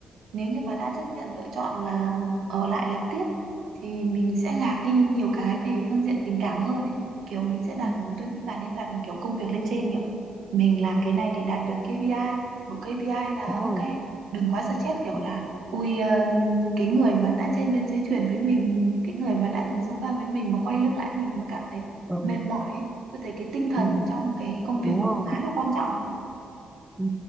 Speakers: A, on the right; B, in the centre.
A: nếu như mà đã chấp nhận lựa chọn là ở lại làm tiếp thì mình sẽ gạt đi nhiều cái về phương diện tình cảm hơn ấy kiểu mình sẽ đặt
B: <laughs>
A: tôi nghĩ bạn nên đặt kiểu công việc lên trên kiểu mình làm cái này để đạt được KPI một KPI là
B: Ừ, đúng
A: ok
B: rồi
A: đừng quá stress kiểu
B: ừ.
A: là ui ờ, cái người mà đã trên bên dưới thuyền với mình cái người mà đã từng xông pha với mình mà quay lưng lại mình mà cảm thấy
B: Ờ,
A: mệt mỏi ấy, tôi thấy cái tinh thần
B: Ừ.
A: trong cái công việc
B: đúng
A: nó
B: rồi
A: cũng khá là quan trọng đấy
B: ừ.